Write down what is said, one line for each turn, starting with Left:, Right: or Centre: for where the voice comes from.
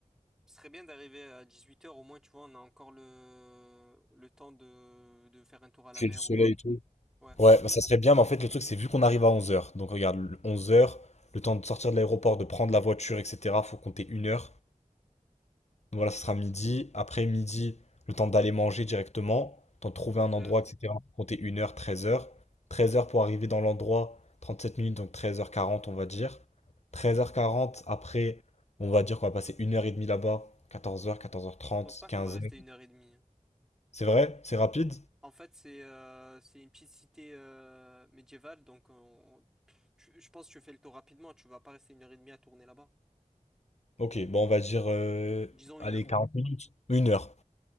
Centre: Ce serait bien d'arriver à dix-huit heures au moins, tu vois, on a encore le, le temps de... de faire un tour à la
Left: J'ai
Centre: mer
Left: du soleil
Centre: ou quoi.
Left: et tout.
Centre: Ouais,
Left: Ouais, bah, ça serait bien, mais en fait, le truc, c'est vu qu'on arrive à 11h. Donc, regarde, 11h, le temps de sortir de l'aéroport, de prendre la voiture, etc., faut compter une heure. Donc Voilà, ce sera midi. Après midi, le temps d'aller manger directement, temps de trouver
Centre: Treize
Left: un endroit,
Centre: heures.
Left: etc. Faut Compter une heure treize heures treize heures pour arriver dans l'endroit, 37 minutes, donc treize heures quarante on va dire. treize heures quarante après, on va dire qu'on va passer une heure et demie là-bas. quatorze heures quatorze heures trente
Centre: Je pense pas qu'on
Left: quinze
Centre: va rester
Left: h
Centre: une heure et demie. hein.
Left: C'est vrai? C'est rapide?
Centre: En fait, c'est euh, c'est une petite cité euh, médiévale, donc euh, on- tu- je pense que tu fais le tour rapidement, tu vas pas rester une heure et demie à tourner là-bas.
Left: Ok, bon, on va dire, euh,
Centre: Disons une
Left: allez,
Centre: heure.
Left: 40 minutes. une heure